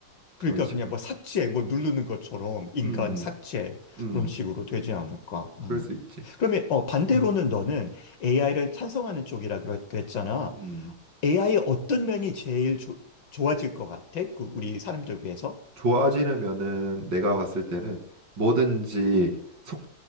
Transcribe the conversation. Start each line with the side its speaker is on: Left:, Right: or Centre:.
Right: 그런
Left: 그러니까
Right: 식으로.
Left: 그냥 뭐 삭제, 뭐 누르는 것처럼 인간
Right: 음,
Left: 삭제
Right: 음, 음.
Left: 그런 식으로 되지 않을까. 음.
Right: 그럴 수 있지.
Left: 그러면 어, 반대로는
Right: <clears throat>
Left: 너는 AI를 찬성하는 쪽이라 그랬- 그랬잖아.
Right: 음,
Left: AI의 어떤 면이 제일 조- 좋아질 것 같아? 그 우리 사람들 위해서?
Right: 좋아지려면은 내가 봤을 때는 뭐든지 속